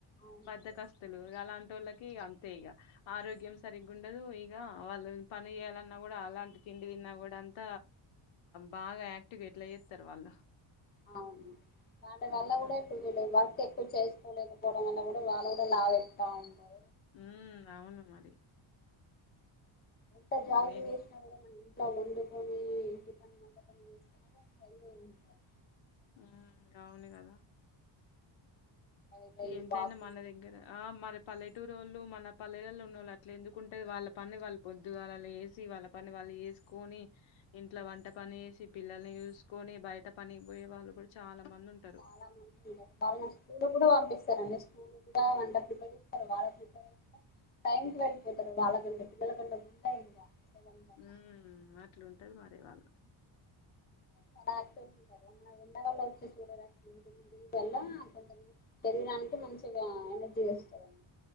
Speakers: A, on the left; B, on the left.
A: అవునండి
B: బద్దకస్తులు అలా టోళ్ళకి ఇ అంతే ఇక ఆరోగ్యం సరిగ్ ఉండదు, ఇక వాళ్ళ పని చేయాలన్నా కూడా అలాంటి తిండి తిన్నా కూడా అంతే అంత బాగా యాక్టివేట్లు అయ్యేస్తారు వాళ్ళు
A: అవు అంట వెళ్ల
B: మ్మ్
A: కూడా ఇప్పువవలే బ ఎక్కువ చేసుకోలేకపోవడం వల్ కూడా వాళ్ళు కూడా లావ్ అయిత ఉంటారు.
B: ఉ అవును మరి
A: ఎంత జాకింగ్
B: ఓ ఎన్
A: చేసిన ఇలా వండ పని ఇంటి పని అంత పని చేస్తన్న వాల్ ఉంటారు
B: మ్ అవును కదా
A: బయట ఈ
B: ఎంతైనా
A: వాకింగ్
B: మనదగ్గర ఆ మర పల్లెటూరు వాళ్ళు మన పల్లెలలో ఉన్న వాళ్ళు అట్ల, ఎందుకుంటే వాళ్ళ పని వాళ్ళు పొద్దుగాళ్ల వేసి వాళ్ళ పని వాళ్ళు చేసుకొని, ఇంట్లో వంట పని చేసి పిల్లల్ని చూసుకొని, బయట పనికి పోయే వాళ్ళు కూడా చాలా మంది ఉంటరు
A: చాలా మంది ఉ వాళ్ళ న స్లు కూడా పంపి రు అండి స్కూల్ కూడా వ ప్రిపేర్ చేస్తారు, వాళ్ళ ప్రిపేర్ చేస్త టైంకి వెళ్ళిపోతారు వాళ్ళకంట పిల్లల కంట గుంట ఇంకా సెవెన్ కి అట్లా
B: ఉ మాట్లుంటది మా అరే వాళ్ళ
A: చాలా యాక్టివ్ గా ఉంటారు మన ఎండ వల్ల వచ్చే సూర్యర వల్ల కొంచ శరీరానికి మంచిగా ఎనర్జీ వస్తుంది